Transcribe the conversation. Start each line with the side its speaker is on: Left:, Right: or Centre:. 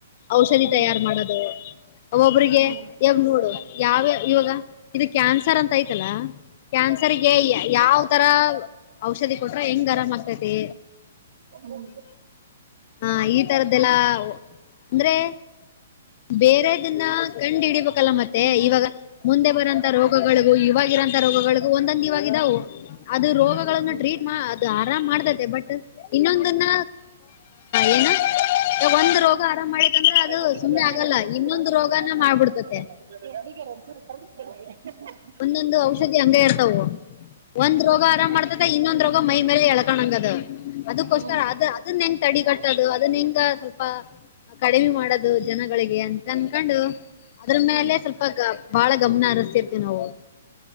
Left: ಔಷಧಿ
Right: ಹ್ಮ್
Left: ತಯಾರು ಮಾಡೋದು ಒಬೊಬ್ರಿಗೆ.
Right: ಹ್ಮ್
Left: ಯಾವ ನೋಡು ಯಾವ್ಯ ಇವಾಗ ಇದು ಕ್ಯಾನ್ಸರ್ ಅಂತ ಆಐ್ತಲ್ಲ. ಕ್ಯಾನ್ಸರ್ಗೆ ಯಾವ್ ತರ ಔಷಧಿ ಕೊಟ್ರೆ ಹೆಂಗ್ ಆರಾಮ ಆಗತೈತಿ.
Right: ಹ್ಮ್ <inaudible>
Left: ಹಾ ಈ ತರದ್ದೆಲ್ಲ ಅಂದ್ರೆ. ಬೇರೆದನ್ನ ಕಂಡ್ ಹಿಡಿಬೇಕಲ್ಲ ಮತ್ತೆ
Right: ಹ್ಮ್
Left: ಇವಾಗ. ಮುಂದೆ ಬರಂತಾ ರೋಗಗಳಿಗೂ ಇವಾಗಿರೋಂತಥ ರೋಗಗಳಿಗು ಒಂದೊಂದ್ ಇವಾಗ ಇದಾವು. ಅದು ರೋಗಗಳನ್ನು
Right: ಹ್ಮ್
Left: ಟ್ರೀಟ್
Right: ಹ್ಮ್
Left: ಅದು ಆರಾಮ್ ಮಾಡ್ತೈತೆ ಬಟ್. ಇನ್ನೊಂದನ್ನ ಏನ ಒಂದ್ ರೋಗ ಆರಾಮ್ ಮಾಡೇತ್ಂದ್ರೆ ಅದು.
Right: <inaudible>
Left: ಸುಮ್ನೆ ಆಗಲ್ಲ ಇನ್ನೊಂದು ರೋಗನ ಮಾಡ್ಬಿಡ್ತತೆ.
Right: <unintelligible>
Left: ಒಂದೊಂದು ಔಷಧಿ ಹಂಗೆ ಇರ್ತವು ಒಂದ್ ರೋಗ ಆರಾಮ್ ಮಾಡ್ತ. ಇನ್ನೊಂದ್ ರೋಗ ಮೈ ಮೇಲೆ ಎಳ್ಕೋಂಗದ ಅದಕ್ಕೋಸ್ಕರ
Right: ಹ್ಮ್
Left: ಅದ. ಅದನ್ನ ಹೆಂಗ್ ತಡಿ ಕಟ್ಟದು ಅದು ಹೆಂಗ ಸ್ವಲ್ಪ. ಕಡಿಮೆ ಮಾಡದು ಜನಗಳಿಗೆ ಅಂತ ಅನ್ಕೊಂಡು. ಅದ್ರ ಮೇಲೆ
Right: ಹ್ಮ್ ಹ್ಮ್
Left: ಸ್ವಲ್ಪ ಗ ಬಾಳ ಗಮನ ಹಸ್ತಿರ್ತಿವಿ ನಾವು.